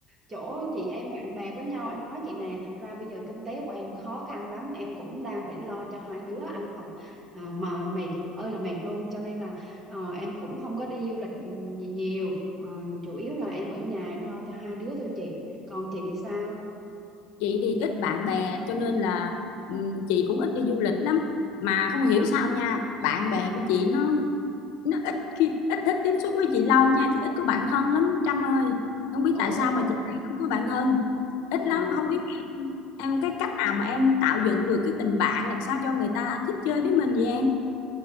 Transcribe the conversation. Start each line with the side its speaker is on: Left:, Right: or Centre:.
Right: chỗ chị em bạn bè với nhau, em nói chị nè, thật ra bây giờ kinh tế của em khó khăn lắm, em cũng đang phải lo cho hai đứa ăn học à, mà mệt ơi là mệt luôn, cho nên là ờ, em cũng không có đi du lịch ừ, gì nhiều. Ờ, chủ yếu là em ở nhà em lo cho hai đứa thôi chị. Còn chị thì sao?
Left: Chị thì ít bạn bè cho nên là ừm, chị cũng ít đi du lịch lắm. Mà không hiểu sao nha, bạn bè của chị nó nó ít khi ít thích tiếp xúc với chị lâu nha, chị ít có bạn thân lắm Trâm ơi. Không biết
Right: Ủa,
Left: tại sao mà chị lại không có bạn thân. Ít
Right: ồ
Left: lắm, không biết em em cái cách nào mà em tạo dựng được cái tình bạn làm sao cho người ta thích chơi với mình vậy em?